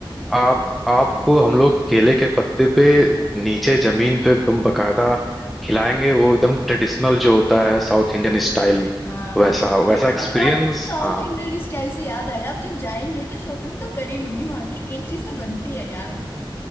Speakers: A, in the centre; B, on the left.
A: आप आपको हम लोग केले के पत्ते पे नीचे जमीन पे एकदम बकायदा खिलाएंगे वो एकदम ट्रेडिशनल जो होता है साउथ इंडियन स्टाइल
B: हाँ
A: वैसा
B: ये तो सही
A: वैसा
B: है
A: एक्सपीरियंस
B: अरे यार साउथ
A: हाँ
B: इंडियन स्टाइल से याद आया अब जब जाएंगे तो शॉपिंग तो कर ही लूंगी वहां की एक चीज तो बनती है यार